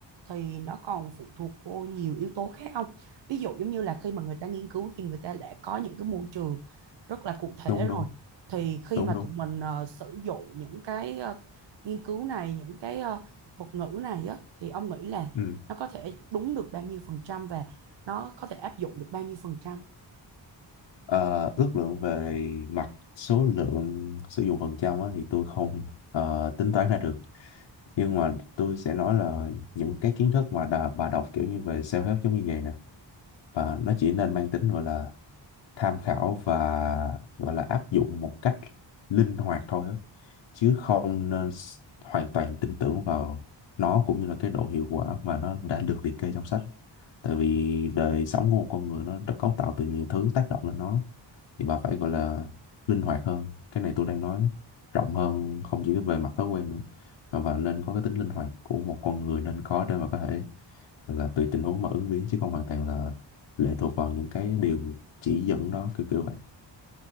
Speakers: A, on the right; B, on the left.
A: thì nó còn phụ thuộc vô nhiều yếu tố khác không? Ví dụ giống như là khi mà người ta nghiên cứu thì người ta đã có những cái môi trường rất là cụ thể
B: đúng đúng
A: rồi. Thì khi
B: đúng
A: mà tụi
B: đúng
A: mình ờ, sử dụng những cái ờ, nghiên cứu này những cái ờ, thuật ngữ này á thì ông nghĩ là
B: ừ
A: nó có thể đúng được bao nhiêu phần trăm và nó có thể áp dụng được bao nhiêu phần trăm?
B: Ờ, ước lượng về mặt số lượng sử dụng phần trăm á, thì tôi không ờ, tính toán ra được nhưng mà tôi sẽ nói là những cái kiến thức mà đà, bà đọc kiểu như về self-help giống như vậy nè và nó chỉ nên mang tính gọi là tham khảo và gọi là áp dụng một cách linh hoạt thôi á chứ không nên s- hoàn toàn tin tưởng vào nó cũng như là cái độ hiệu quả mà nó đã được liệt kê trong sách tại vì đời sống của một con người nó đã cấu tạo từ nhiều thứ tác động lên nó thì bà phải gọi là linh hoạt hơn cái này tôi đang nói rộng hơn không chỉ về mặt thói quen nữa mà và nên có cái tính linh hoạt của một con người nên có để mà có thể là tùy tình huống mà ứng biến chứ không hoàn toàn là lệ thuộc vào những cái điều chỉ dẫn đó kiểu kiểu vậy